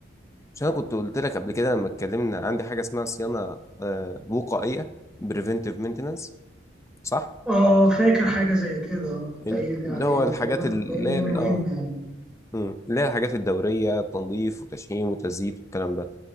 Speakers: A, on the left (about 15°); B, in the centre.
A: مش انا كنت قلت لك قبل كده لما اتكلمنا عندي حاجه اسمها صيانه آه، وقائيه بريفنتيف مينتنانس صح
B: اه فاكر حاجة زي كده كنت
A: ال-
B: قايل لي
A: اللي
B: عليها
A: هو
B: وتقريبا
A: الحاجات اللي
B: كنت قايل
A: هي
B: لي
A: ال-
B: مهمة
A: اه
B: يعني
A: مم. اللي هي الحاجات الدوريه تنظيف وتشحيم وتزييت والكلام ده